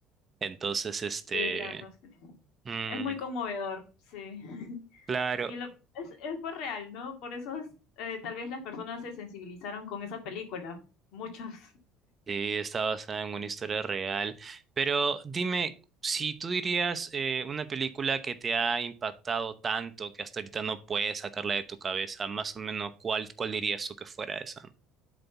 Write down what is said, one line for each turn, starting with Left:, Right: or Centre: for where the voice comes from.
Right: Entonces, este...
Left: sí, la verdad es que sí.
Right: mm,
Left: Es muy conmovedor, sí.
Right: Claro,
Left: Y lo, es, es pues real, ¿no? Por eso es, eh, tal vez las personas se sensibilizaron con esa película, muchas.
Right: Sí, está basada en una historia real. Pero dime, si tú dirías eh, una película que te ha impactado tanto que hasta ahorita no puedes sacarla de tu cabeza, más o menos, ¿cuál, cuál dirías tú que fuera esa?